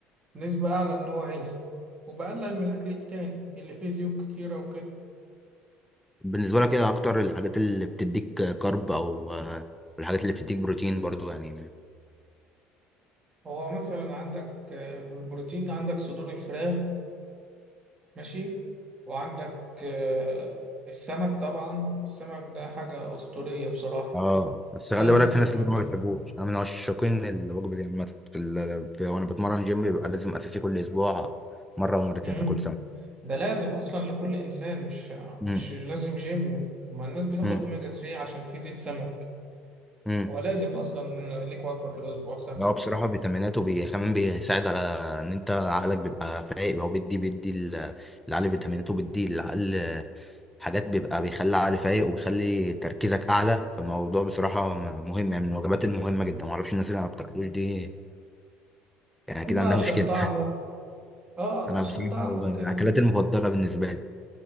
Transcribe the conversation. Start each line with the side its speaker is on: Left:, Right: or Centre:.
Right: نسبة اعلى ان هو هيلسي وبقلل من الاكل التاني اللي فيه زيوت كتيرة وكده
Centre: بالنسبة لك إيه أكتر الحاجات اللي بتديك كارب أو آه، الحاجات اللي بتديك بروتين برضو يعني
Right: هو مثلا عندك آه، بالبروتين عندك صدور الفراخ ماشي وعندك آه، السمك طبعا السمك ده حاجة أسطورية بصراحة
Centre: اه بس خلي
Right: كنز
Centre: بالك
Right: السمك
Centre: في ناس كتير ما
Right: ده
Centre: بتحبوش أنا من عشاقين الوجبة دي عامة في, ال... في وأنا بتمرن جيم بيبقى لازم أساسي كل أسبوع مرة ومرتين
Right: مم.
Centre: كل
Right: ده لازم أصلا لكل إنسان مش
Centre: سنة
Right: مش لازم جيم ما الناس بتاخد
Centre: امم
Right: أوميجا 3 عشان فيه زيت سمك
Centre: امم
Right: ولازم أصلا ليك وجبة في الأسبوع سمك
Centre: هو بصراحة فيتاميناته بي... كمان بيساعد على ان انت عقلك بيبقى فايق هو بيدي بيدي ال- العقل فيتاميناته بيدي العقل حاجات بيبقى بيخلي العقل فايق وبيخلي تركيزك اعلى فالموضوع بصراحة م- مهم يعني من الوجبات المهمة جدا معرفش الناس اللي ما بتاكلوش دي يعني كده
Right: بقى
Centre: عندها
Right: عشان
Centre: مشكلة
Right: طعمه
Centre: <laughs>
Right: اه
Centre: انا
Right: عشان
Centre: بصراحة
Right: طعمه
Centre: من
Right: كده
Centre: الاكلات المفضلة بالنسبة لي